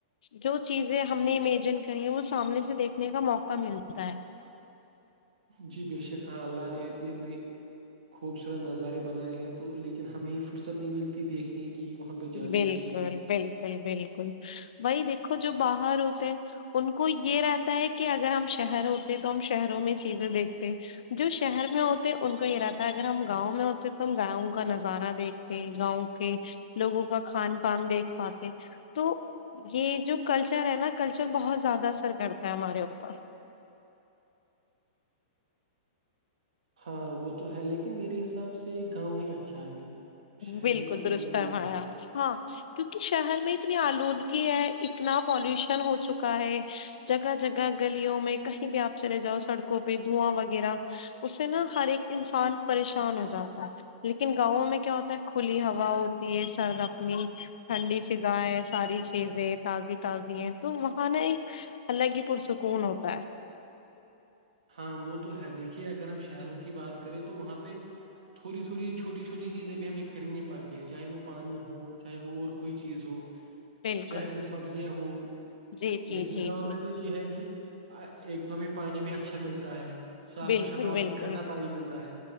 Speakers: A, on the left; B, on the right.
A: جو چیزیں ہم نے امیجن کری ہے وہ سامنے سے دیکھنے کا موقع ملتا ہے
B: جی بے شک ہاں اللہ نے انیتنی خوبصورت نظارے بنائے ہیں تو لیکن ہمیں یہ فرصت نہیں ملتی دیکھنے کی وہاں پہ جانے
A: بالکل
B: کی
A: بالکل بالکل بائی دیکھو جو باہر ہوتے ہیں ان کو یہ رہتا ہے کہ اگر ہم شہر ہوتے ہیں تو ہم شہروں میں چیزیں دیکھتے جو شہر میں ہوتے ان کو یہ رہتا ہے اگر ہم گاؤں میں ہوتے تو ہم گاؤں کا نظارہ دیکھتے گاؤں کہ لوگوں کا کھان پان دیکھ پاتے تو یہ جو کلچر ہے نا کلچر بہت زیادہ اثر کرتا ہے ہمارے اوپر
B: ہاں وہ تو ہے لیکن میرے حساب سے گاؤں ہی اچھا ہے شہر
A: بالکل
B: سے تو اچھا
A: درس
B: گاؤں
A: فرمایا
B: ہی ہے
A: ہاں کیونکہ شہر میں اتنی آلودگی ہے اتنا پالوشن ہو چکا ہے جگہ جگہ گلیوں میں کہیں بھی آپ چلے جاؤ سڑکوں پہ دھواں وغیرہ اس سے نا ہر ایک انسان پریشان ہو جاتا ہے لیکن گاؤوں میں کیا ہوتا کھلی ہوا ہوتی ہے سرد اپنی ٹھنڈی فضا ہے ساری چیزیں تازی تازی ہے تو وہاں نا ایک الگ ہی پرسکون ہوتا ہے
B: ہاں وہ تو ہے دیکھیے اگر ہم شہروں کی بات کریں تو وہاں پہ تھوڑی تھوڑی چھوٹی چھوٹی چیزیں بھی ہمیں خریدنی پڑتی ہے چاہے وہ پانی ہو چاہے وہ اور کوئی چیز ہو
A: بالکل
B: چاہے وہ سبزیاں ہووں
A: جی جی
B: لیکن
A: جی
B: گاؤں
A: جی
B: میں تو یہ ہے کہ ایک تو ہمیں پانی بھی اچھا ملتا ہے صاف
A: بالکل
B: و شفاف
A: بالکل
B: اور ٹھنڈا پانی ملتا ہے